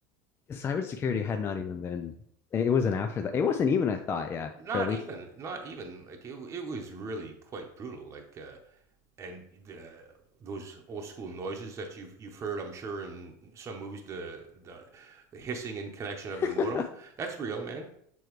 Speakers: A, on the left (about 25°); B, on the right (about 25°).
A: Cybersecurity had not even been, it wasn't after that. It wasn't even a thought yet,
B: Not
A: for at least.
B: even, not even like it. It was really quite brutal. Like, uh, and the, those old school noises that you've you've heard, I'm sure, in some movies, the the, the hissing and connection of the modem.
A: <laughs>
B: That's real, man.